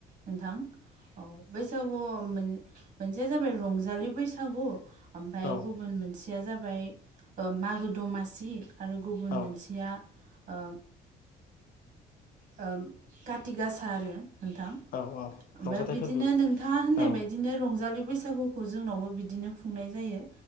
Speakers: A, on the right; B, on the left.
A: नोंथां औ बैसागु मोनसेया जाबाय रंजालि बैसागु। ओमफ्राय
B: औ
A: गुबुन मोनसेया जाबाय ओ मागो दमासि आरो गुबुन
B: औ
A: मोनसे या ओ ओ कति गासा आरो नोंथां।
B: औ औ
A: ओमफ्राय
B: रंजाथाइ
A: बिदिनो
B: फोरबो
A: नोंथांङा होननाय
B: औ
A: बायदिनो रंजालि बैसागुखौ खौ जोंनावबो बिदिनो खुंनाय जायो।